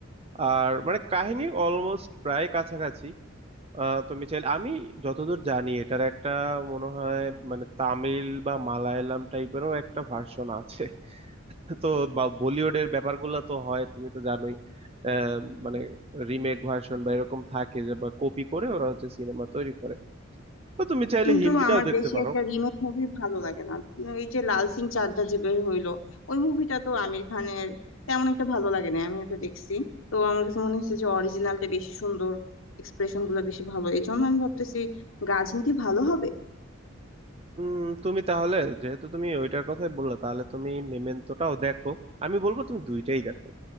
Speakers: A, on the right; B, on the left.
A: আর মানে কাহিনী অলমোস্ট প্রায় কাছাকাছি আহ তুমি চাইলে আমি যতদূর জানি এটার একটা মনে হয় মানে তামিল বা মালায়ালাম টাইপেরও একটা ভার্সন আছে <laughs> তো বা বলিউডের ব্যাপারগুলো তো হয় তুমি তো জানোই আহ, মানে রিমেক ভার্সন বা এরকম থাকে যে বা কপি করে ওরা হচ্ছে সিনেমা তৈরি করে তো তুমি চাইলে
B: কিন্তু
A: হিন্দিটাও
B: আমার
A: দেখতে
B: বেশি
A: পারো
B: একটা রিমেক মুভি ভালো লাগে না কিন্তু এই যে লাল সিং চাড্ডা যে বের হইলো ওই মুভিটা তো আমির খানের তেমন একটা ভালো লাগে না আমি ওটা দেখছি তো আমার কাছে মনে হচ্ছে যে অরিজিনালটা বেশি সুন্দর এক্সপ্রেশন গুলো বেশি ভালো এই জন্য আমি ভাবতেছি গাজনি কি ভালো হবে
A: উম তুমি তাহলে যেহেতু তুমি ওইটার কথাই বললা তাহলে তুমি মেমেন্টোটাও দেখো আমি বলবো তুমি দুইটাই দেখো